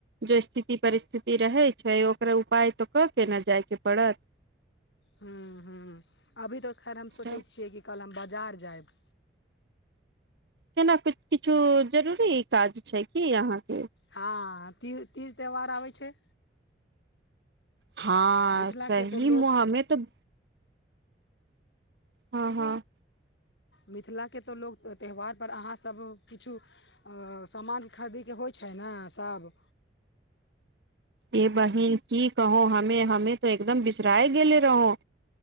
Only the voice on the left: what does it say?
हॅं- हॅं अभी तऽ खैर हम सोचै
छियै, कि कल हम बाजार जायब।
हँ ती तीज त्यौहार आबै छै।
मिथिलाके
तऽ लोक
मिथिला के तऽ लोक त्य- त्यौहारपर अहाँ सब किछु आ समान खरिदे के होइ छै ने, सभ।